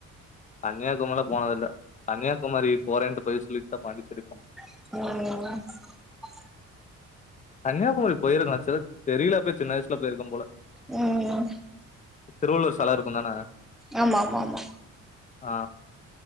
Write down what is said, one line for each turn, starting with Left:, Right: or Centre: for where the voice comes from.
Left: கன்னியாகும்மால்லா போனதில்ல கன்னியாகுமரி போறேன்ட்டு பொய் சொல்லிட்டுதா பாண்டிச்சேரி போனோ
Centre: உம்
Left: கன்னியாகுமரி போயிருக்கே நா சிஸ் தெரில அப் சின்ன வய்சுல போயிருக்கே போல
Centre: உம்
Left: திருவள்ளூர் செல இருக் தானே
Centre: ஆமா ஆமா ஆமா
Left: ஆ